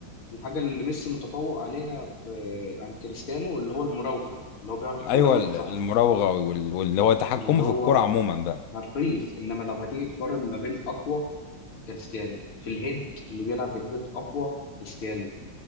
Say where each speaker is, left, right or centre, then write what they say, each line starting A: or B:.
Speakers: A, on the left; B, on the left.
A: الحاجه اللي ميسي متفوق عليها في عن كريستيانو اللي هو المراوغه اللي هو بيعرف
B: ايوه
A: يراوغ
B: ال-
A: صح
B: المراوغة وال- واللي هو تحكمه
A: اللي هو
B: في الكرة عموما بقى
A: حريف انما لو هتيجي تقارن ما بين اقوى كريستيانو في الهيد اللي بيلعب هيدات اقوى كريستيانو